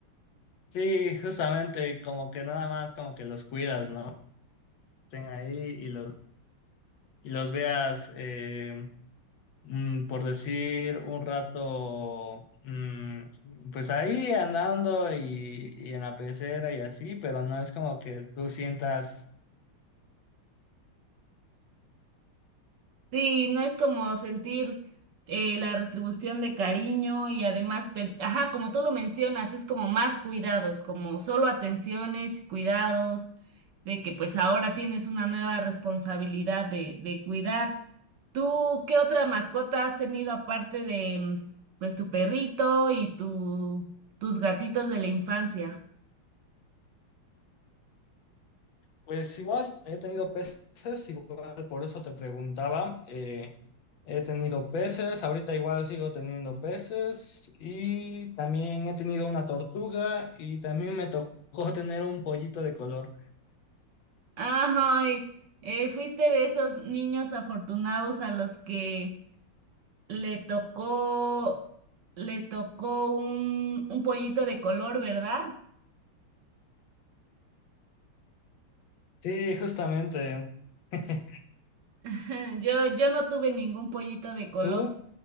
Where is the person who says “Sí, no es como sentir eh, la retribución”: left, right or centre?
Right